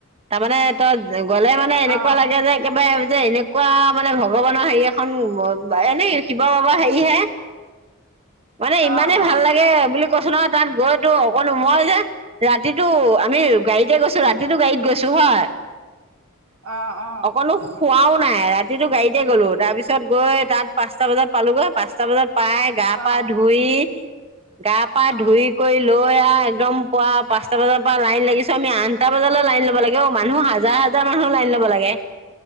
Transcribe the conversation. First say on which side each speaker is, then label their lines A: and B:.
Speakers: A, on the right; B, on the right.
A: তাৰমানে তই গ'লে মানে এনেকুৱা
B: অ',
A: লাগে যে একেবাৰে যে এনেকুৱা মানে ভগৱানৰ হেৰি এখন এনেই শিৱ বাবাৰ হেৰি হেৰী হে। মানে ইমানে
B: অ', অ',
A: ভাল লাগে বুলি। কৈছো নহয় তাত গৈ তোৰ মই যে ৰাতিতটো আমি গাড়ীতে গৈছো ৰাতিতো গাড়ীত গৈছো হয়।
B: অ',
A: অকলো শুনাও নাই ৰাতিটো গাড়ীতে গ'লো তাৰপিছত গৈ তাত পাঁচটা বজাত পালোগৈ পাঁচটা বজাত পাই গা
B: অ',
A: পা
B: অ',
A: ধুই গা পা ধুই
B: অ'।
A: কৰি লৈ আও। একদম পুৱাাঁচটা বজাৰ পৰা লাইন লাগিছ আমি আঠটা বজাল লাইন লব লাগে অ মানুহ হাজাৰ হাজাৰ মানুহ লাইন ল'ব লব লাগে।